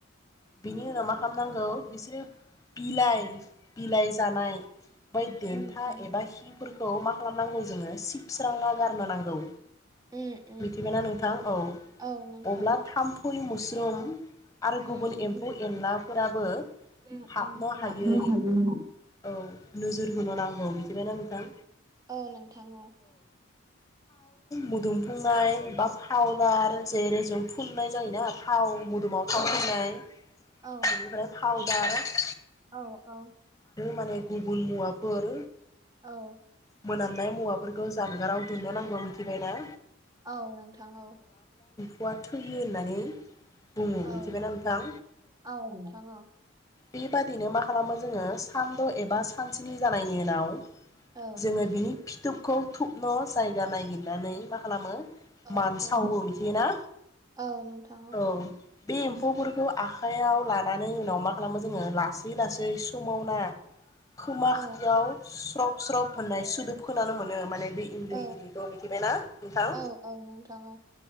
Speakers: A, on the left; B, on the right.
A: बिनि उनाव मा खामनांगौ बिसोरो बिलाइ बिलाइ जानाय बै देन्था
B: उम उम
A: एबा हि फोर खौ मा खालामनांगौ जोङो सिबस्राना गारनो नांगौ
B: उम उम
A: मिथिबायना
B: उम
A: नों औ
B: औ नोंथां
A: अब्ला
B: औ
A: थामफु मोसरुम आरो
B: उम
A: गुबुन
B: उम
A: एम्फौ एनलाफोराबो
B: उम
A: हाबनो
B: उम
A: हायै औ
B: हायैया
A: नोजोर होनो नांगौ थिबायना नोंथां
B: औ नोंथां औ
A: मुदुमफुंनाय बा पाउदार जेरै जों फुननाय जायोना? थाव मुं दुमाव थाव फोनाय
B: औ औ
A: बेनिफ्राय थाव <unintelligible>
B: औ औ
A: माने गुबुन मुवाफोर
B: औ
A: मोनामनाय मुवाफोरखौ जानगाराव दोननो नांगौ मिथिबाय ना?
B: औ नोंथां औ
A: फौवा थैयो होननानै बुङो
B: औ
A: मिथिबायना नोंथां
B: औ नोंथां औ
A: बेबादिनो मा खालामो जोङो सानद' एबा सानस्नि जानायनि उनाव
B: औ
A: जोङो बिनि फिथुबखौ थुबन' जायगा नायहगिरनानै मा खालामो
B: औ
A: मानसावो
B: औ
A: बिथियोना
B: औ नोंथां
A: औ बे एम्फौफोर खौ आखाइयाव लानानै उनाव मा खालामो जोङो लासै लासै सुमावना खोमा
B: औ
A: खाथियाव स्रब स्रब होननाय सुदोब खानो मोनो माने बि इन्दि
B: औ
A: एम्फौखौ मिथिबाय ना नोंथां
B: औ औ नोंथां औ